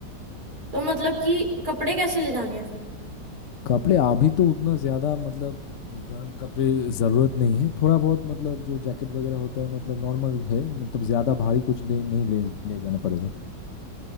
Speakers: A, on the right; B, on the left.
A: तो मतलब कि कपड़े कैसे ले जाने हैं फिर
B: कपड़े अभी तो उतना ज़्यादा मतलब गर्म कपड़े ज़रूरत नहीं है थोड़ा बहुत मतलब जो जैकेट वगैरह होता है मतलब नॉर्मल है मतलब ज़्यादा भारी कुछ ले, नहीं ले, ले जाना पड़ेगा